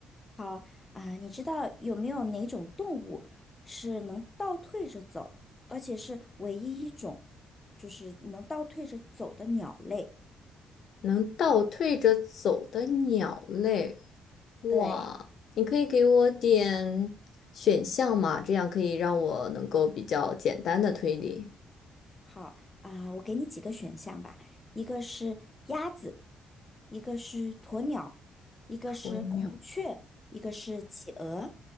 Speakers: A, on the left (about 20°); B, on the left (about 65°).
A: 好啊，你知道有没有哪种动物是能倒退着走，而且是唯一一种，就是能倒退着走的鸟类？
B: 能倒退着走的鸟类，哇，
A: 对，
B: 你可以给我点选项吗？这样可以让我能够比较简单的推理。
A: 好啊，我给你几个选项吧，一个是鸭子，一个是鸵鸟，一个是孔雀，
B: <laughs> 鸵鸟。
A: 一个是企鹅，